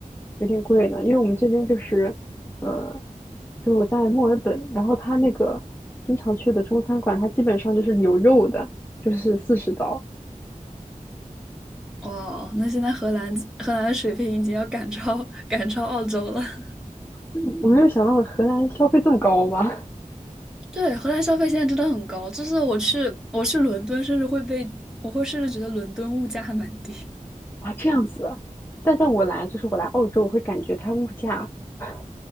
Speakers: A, on the left (about 15°); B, in the centre.
A: 有点贵呢，因为我们这边就是，呃，就是我在墨尔本，然后他那个经常去的中餐馆，它基本上就是有肉的，就是四十刀。
B: 哇，那现在荷兰荷兰的水平已经要赶超赶超澳洲了。<laughs>
A: 嗯我没有想到荷兰消费这么高吗？
B: 对，荷兰消费现在真的很高，就是我去我去伦敦，甚至会被我会甚至觉得伦敦物价还蛮低。<laughs>
A: <laughs> 啊，这样子啊。但在我来，就是我来澳洲，我会感觉它物价，<laughs>